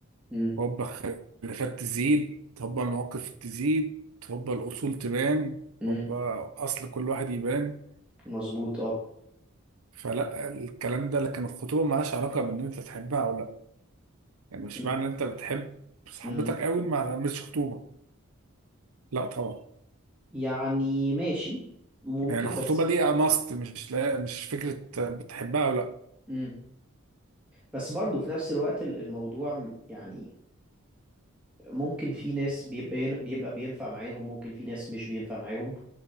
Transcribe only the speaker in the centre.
مم.
مم.
مظبوط اه
مم.
مم.
يعني ماشي ممكن
بس
مم. بس برضه في نفس الوقت ال- الموضوع م- يعني ممكن في ناس بيبقى بيبقى بينفع معاهم ممكن في ناس مش بينفع معاهم